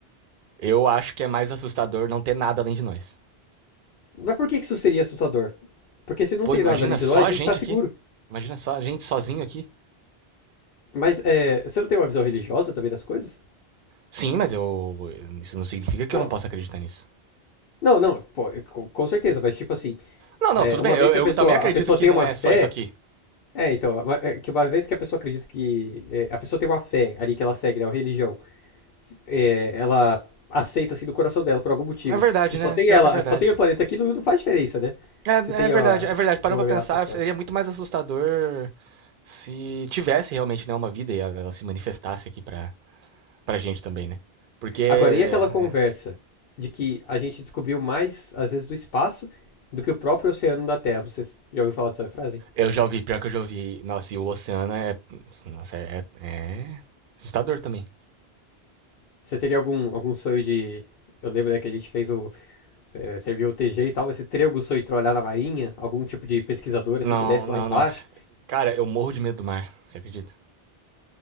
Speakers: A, on the right; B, on the left.
A: Eu acho que é mais assustador não ter nada além de nós.
B: Mas por que que isso seria assustador? Porque se não
A: Pô,
B: tem
A: imagina
B: nada além
A: só
B: de nós,
A: a
B: a gente
A: gente
B: tá seguro.
A: aqui. Imagina só a gente sozinho aqui.
B: Mas é, você não tem uma visão religiosa também das coisas?
A: Sim, mas eu. Isso não significa
B: Então.
A: que eu não possa acreditar nisso.
B: Não, não, pô, com, com certeza, mas tipo assim.
A: Não, não,
B: É,
A: tudo
B: uma
A: bem. Eu,
B: vez que
A: eu
B: a pessoa,
A: também acredito
B: a pessoa
A: que
B: tem
A: não
B: uma
A: é
B: fé.
A: só isso aqui.
B: É, então, é que uma vez que a pessoa acredita que. é, a pessoa tem uma fé ali que ela segue, né? Uma religião. é, ela aceita assim do coração dela, por algum motivo.
A: É verdade,
B: Que só
A: né?
B: tem
A: Pior
B: ela,
A: que é verdade.
B: só tem o planeta aqui, não, não faz diferença, né?
A: É,
B: Você tem,
A: é verdade,
B: ó,
A: é verdade. Parando
B: boa
A: pra
B: ameaça
A: pensar,
B: lá fora.
A: seria muito mais assustador se tivesse realmente né, uma vida e ela, se manifestasse aqui pra, pra gente também, né? Porque.
B: Agora, e aquela conversa
A: né,
B: de que a gente descobriu mais, às vezes, do espaço do que o próprio oceano da Terra? Você já ouviu falar dessa frase?
A: Eu já ouvi, pior que eu já ouvi. Nossa, e o oceano é. Nossa, é. é assustador também.
B: Você teria algum, algum sonho de. Eu lembro, né, que a gente fez o serviu o TG e tal, esse Trego foi trollar na marinha, algum tipo de pesquisador
A: Não,
B: assim que desce
A: não,
B: lá embaixo.
A: não. Cara, eu morro de medo do mar, você acredita?